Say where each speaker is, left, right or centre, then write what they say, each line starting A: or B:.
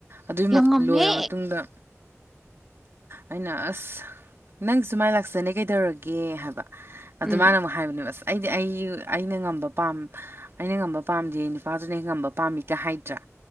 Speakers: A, on the right; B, in the centre.
A: ꯑꯗꯨꯒꯤ
B: ꯌꯥꯝ ꯉꯝꯃꯦ
A: ꯂꯣꯏꯔ ꯃꯇꯨꯡꯗ ꯑꯩꯅ ꯑꯁ ꯅꯪ ꯁꯨ ꯃꯥꯏ ꯂꯥꯛꯆꯅꯤ ꯀꯩ ꯗꯧꯔꯒꯦ ꯀꯦ ꯍꯥꯏꯕ ꯑꯗꯨ
B: ꯎꯝ
A: ꯃꯥꯅ ꯑꯃꯨꯛ ꯍꯥꯏꯕꯅꯦ ꯁ ꯑꯩꯗꯤ ꯑꯩ ꯑꯩꯅ ꯉꯝꯕ ꯄꯥꯝ ꯑꯩꯅ ꯉꯝꯕ ꯄꯥꯝꯗꯤ ꯑꯩ ꯅꯨꯄꯥꯗꯨꯅ ꯍꯦꯛ ꯉꯝꯕ ꯄꯥꯝꯃꯤꯒ ꯍꯥꯏꯗ꯭ꯔꯥ